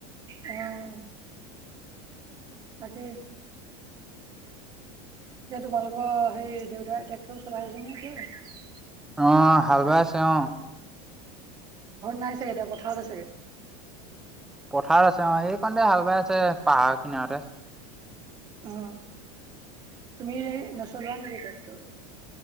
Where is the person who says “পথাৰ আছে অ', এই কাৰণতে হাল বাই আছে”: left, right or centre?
Centre